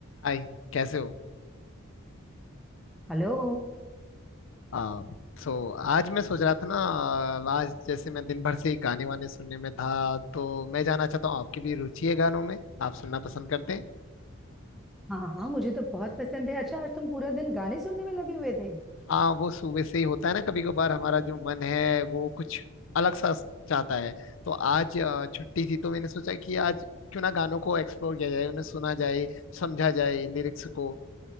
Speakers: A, on the left; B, in the centre.
A: हाय कैसे हो
B: Hello
A: आ, सो आज मैं सोच रहा था ना आ, आज जैसे मैं दिन भर से ही गाने वाने सुनने में था तो मैं जानना चाहता हूँ आपकी भी रुचि है गानों में आप सुनना पसंद करते हैं
B: हाँ हाँ मुझे तो बहुत पसंद है अच्छा आज तुम पूरा दिन गाने सुनने में लगे हुए थे
A: हाँ वो सुबह से ही होता है ना कभी कभार हमारा जो मन है वो कुछ अलग सा चाहता है तो आज आ, छुट्टी थी तो मैंने सोचा कि
B: हाँ
A: आज क्यों ना गानों को एक्सप्लोर किया जाए उन्हें सुना जाए समझा जाए लिरिक्स को